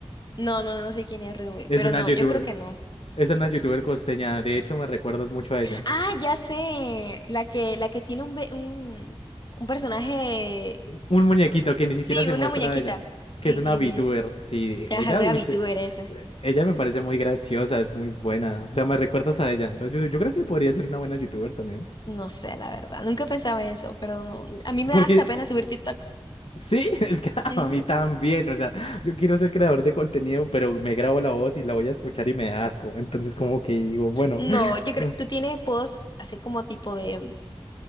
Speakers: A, on the left; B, on the left.
A: No, no, no sé quién es Rume,
B: Es
A: pero
B: una
A: no,
B: YouTuber,
A: yo creo que no.
B: es una YouTuber costeña. De hecho, me recuerdas mucho a ella.
A: Ah, ya sé, la que, la que tiene un, be- un, un personaje,
B: Un muñequito que ni siquiera
A: sí,
B: se
A: una
B: muestra
A: muñequita.
B: a ella,
A: Sí,
B: que es una
A: sí,
B: VTuber.
A: sí.
B: Sí,
A: Ajá,
B: ella,
A: una
B: uy,
A: VTuber
B: se-
A: esa.
B: eh, ella me parece muy graciosa, es muy buena. O sea, me recuerdas a ella. Entonces, yo, yo creo que podría ser una buena YouTuber también.
A: No sé, la verdad. Nunca pensaba en eso, pero no. A mí me
B: Porque
A: da hasta pena subir TikToks.
B: sí, <laughs> es que a
A: Ujú.
B: mí también. O sea, yo quiero ser creador de contenido, pero me grabo la voz y la voy a escuchar y me da asco. Entonces, como que digo, bueno.
A: No,
B: <laughs>
A: yo creo, tú tienes posts así como tipo de,